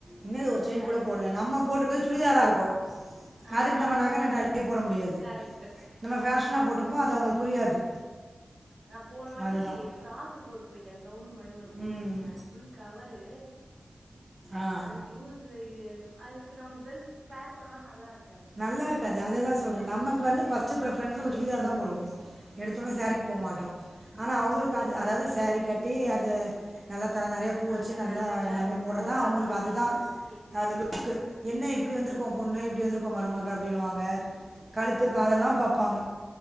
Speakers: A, on the right; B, on the right.
A: என்னது ஒரு செயின்
B: கரெக்ட்டு
A: கூட போட்லயானு நம்ம போட்ருக்கது சுடிதாரா இருக்கு
B: ஆமாம்
A: அதுக்கு நம்ம நகை நட் ட அள்ளி போட முடியாது
B: கரெக்ட்டு
A: நம்ம
B: நான்
A: பேஷனா போட்ருப்போ அது அவங்களுக்கு புரியாது
B: நா போனவாட்டி
A: அதுதான்
B: ஃப்ராக் போட்டு போயிட்டே கவுன் மாரி ஒண்ணு போட்டு
A: ம்
B: போயிட்டே ஃபுல் கவரு
A: ஆ
B: அதுக்கு லூஸ் அதுக்கு நம்ம ஜுவெல்ஸ் பேர் பண்ணா நல்லா இருக்காது
A: நல்லாருக்காது அததா சொல்ற நமக்கு
B: ம்
A: வந்து ஃபஸ்டு பிரிஃபரன்ஸ் நம்ம சுடிதாரதா போடுவோ எடுத்தோன்ன
B: ஆமாம்
A: சரீக்கு போ மாட்டோ ஆனா அவங்களுக்கு
B: ம்
A: அது அதாவது சரீ கட்டி அது நல்லா தல நெறையா
B: ஜ-
A: பூ வெச்சு
B: அந்த
A: நல்லா
B: நகையெல்லாம்
A: எல்லாமே
B: எடுத்து
A: போட்றதா
B: போட்டால்
A: அவங்களு
B: தான் அவங்களுக்கு
A: அதுதா
B: அது லுக்கே
A: அது லுக்கு என்ன இப்டி
B: ம்
A: வந்திருக்கோ பொண்ணு இப்டி வந்துருக் ஓ மருமக அப்டின்னு வாங்க கழுத்து
B: ம்
A: காதெல்லா பாப்பாங்க